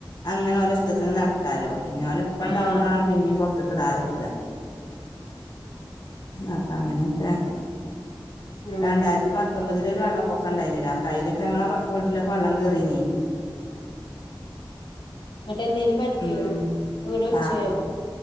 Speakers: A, on the left; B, on the left.
A: അങ്ങനെ ഓലെ ഇഷ്ടത്തിന് നടക്കാലോ പിന്നെ ഓലെപ്പണ്ടാവുമ്പളാണ്
B: ആഹ്
A: പിന്നിം പൊറത്ത്കിടാതക അപ്പൊ അങ്ങനൊക്കെ
B: ഉം
A: രണ്ടായിരത്തി പത്തൊമ്പതി ഒരു വെള്ളപ്പൊക്കം ഇണ്ടായിനല്ലോ അയ്യിലൊക്കെ ഞങ്ങളെ വീട്ടിലൊക്കെ വെള്ളം കേയറീനി
B: ന്നിട്ട് എന്തേലും പറ്റിയോ
A: ഉം
B: വീട് ഒലിച്ചോയോ?
A: പ